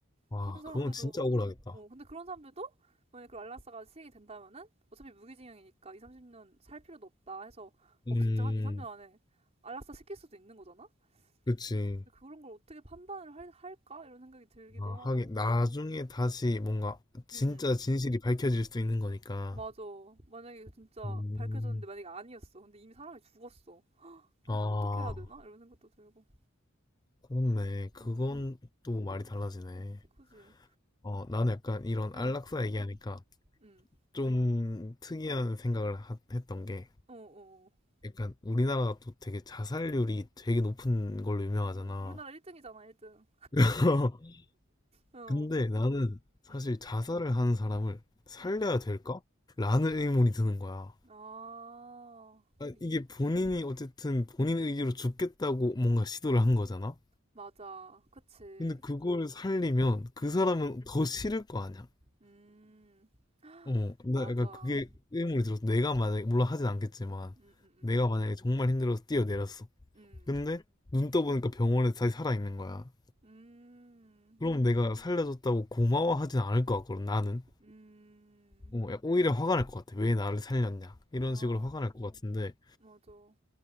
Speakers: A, on the left; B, on the right.
A: 와,
B: 그런 사람들도
A: 그건 진짜
B: 어,
A: 억울하겠다.
B: 어. 근데 그런 사람들도 만약에 그 알라스가 시행이 된다면은 어차피 무기징역이니까 2, 30년 살 필요도 없다 해서 막
A: 음,
B: 진짜 한 2, 3년 안에 안락사 시킬 수도 있는 거잖아?
A: 그치.
B: 근데 그런 걸 어떻게 판단을 할, 할까? 이런 생각이 들기도
A: 아,
B: 하고.
A: 하긴 나중에 다시 뭔가 진짜
B: 응, 응.
A: 진실이 밝혀질 수 있는 거니까.
B: 맞아. 만약에 진짜
A: 음.
B: 밝혀졌는데 만약에 아니었어. 근데 이미 사람이 죽었어. 그럼
A: 아,
B: 어떻게 해야 되나? 이런 생각도 들고.
A: 그렇네. 그건
B: 어,
A: 또 말이 달라지네.
B: 그지.
A: 어, 나는 약간 이런
B: 응,
A: 안락사 얘기하니까
B: 응.
A: 좀 특이한 생각을 하- 했던 게
B: 어, 어. 어.
A: 약간 우리나라가 또 되게 자살률이 되게 높은 걸로 유명하잖아.
B: 우리, 우리나라 1등이잖아, 일등
A: <laughs>
B: 어,
A: 근데 나는 사실
B: 응,
A: 자살을 하는 사람을 살려야
B: 응.
A: 될까? 라는 의문이 드는 거야.
B: 아,
A: 아,
B: 이,
A: 이게 본인이 어쨌든 본인 의기로 죽겠다고 뭔가 시도를 한 거잖아?
B: 맞아. 그치. 응,
A: 근데 그걸 살리면 그
B: 응,
A: 사람은
B: 응.
A: 더 싫을 거 아니야?
B: 음,
A: 어, 나
B: 맞아.
A: 약간 그게 의문이 들었어. 내가 만약에, 물론 하진 않겠지만,
B: 응, 응,
A: 내가 만약에 정말 힘들어서 뛰어내렸어.
B: 응.
A: 근데 눈 떠보니까 병원에 다시 살아있는 거야.
B: 응, 음,
A: 그럼 내가 살려줬다고 고마워하진 않을 것 같거든, 나는.
B: 음.
A: 어, 야, 오히려 화가 날 것 같아. 왜 나를 살렸냐. 이런
B: 아,
A: 식으로 화가 날 것 같은데,
B: 맞아.